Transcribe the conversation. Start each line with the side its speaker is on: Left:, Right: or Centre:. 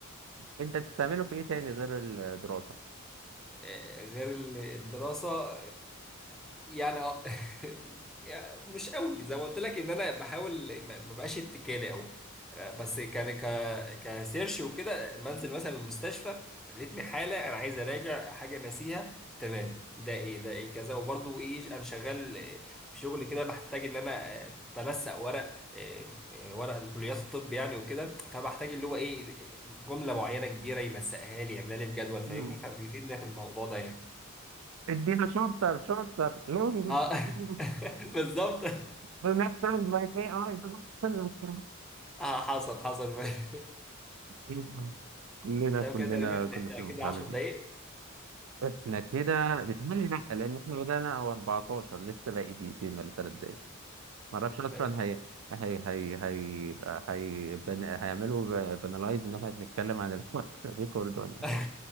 Right: انت بتستعمله في ايه تاني غير الدراسه؟
Centre: آه، غير ال- الدراسة يعني اه <laughs> يعني مش قوي زي ما قلت لك ان انا بحاول ما ما بقاش اتكالي او بس كان ك كسيرش وكده منزل مثلا المستشفى قابلتني حاله انا عايز اراجع حاجه ناسيها تمام ده ايه ده ايه كذا وبرضو ايه انا شغال في شغل كده بحتاج ان انا آه، بنسق ورق ورق لكليات الطب يعني وكده فبحتاج اللي هو ايه جمله معينه كبيره ينسقها لي يعملها لي في جدول
Right: مم.
Centre: فاهمني فبيفيدنا في الموضوع ده يعني
Right: ادينا شورتر شورتر لونج
Centre: اه
Right: لونج
Centre: <laughs> بالظبط
Right: do not sound like AI do not sound like
Centre: اه حصل حصل <laughs>
Right: AI. كلنا
Centre: تمام
Right: كلنا
Centre: كده تقريبا
Right: كنا
Centre: احنا
Right: في المرحلة
Centre: كده 10
Right: دي
Centre: دقايق
Right: احنا كده بتهيألي لأ لأن احنا بدأنا هو 14 لسه باقي دقيقتين ولا تلات دقايق معرفش أصلا
Centre: تمام
Right: هي هي هي هي هي بن... هيعملوا بنلايز إن احنا بنتكلم عن الوقت <laughs> ريكورد ولا
Centre: <laughs>
Right: إيه.